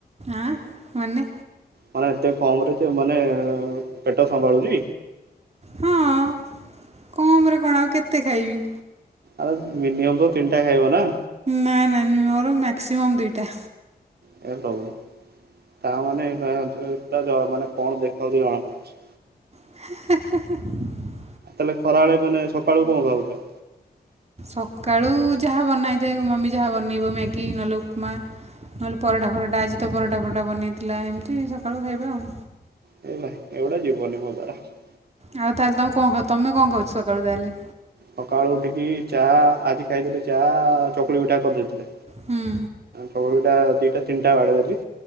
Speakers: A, on the right (about 40°); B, on the right (about 70°).
A: ଆଁ ମାନେ
B: ମାନେ ଏତେ କମରେ ତେ ମାନେ ପେଟ ସମ୍ଭାଳୁଛି।
A: ହଁ ହଁ କମରେ କଣ ଆଉ କେତେ ଖାଇବି।
B: ଆରେ ମିନିମମ୍ ତ ତିନିଟା ଖାଇବ ନା
A: ନାଇଁ ନାଇଁ ମୋର ମାକ୍ସିମମ୍ ଦିଟା।
B: ହେ ପ୍ରଭୁ। ତା ମାନେ- ତା ମାନେ କଣ ଦେଖାଉଛି ଜଣାପଡୁଛି।
A: <unintelligible>
B: ତାହେଲେ ଖରାବେଳେ ମାନେ ସକାଳୁ କଣ ଖାଉଛ?
A: ସକାଳୁ ଯାହା ବନାହେଇଥାଏ ମମି ଯାହା ବନେଇବ ମ୍ୟାଗି ନହେଲେ ଉପମା। ନହେଲେ ପରଟା ପରଟା ଆଜି ତ ପରଟା ପରଟା ବନେଇଥିଲା ଏମିତି ସକାଳୁ ଖାଇବା ଆଉ।
B: ହେଲା ଏଗୁଡା ଯିବ ନିି ମୋ ଦ୍ୱାରା
A: ଆଉ ତାହେଲେ ତମେ କଣ ତମେ କଣ କହୁଛ ସକାଳୁ ତାହେଲେ
B: ସକାଳୁ ଉଠିକି ଚା ଆଜି ଖାଇଥିଲେ ଚା ଚକୁଳି ପିଠା କରି ଦେଇଥିଲେ।
A: ହୁଁ
B: ଚକୁଳି ପିଠା ଦିଟା ତିନିଟା ବାଡ଼େଇ ଦେଲି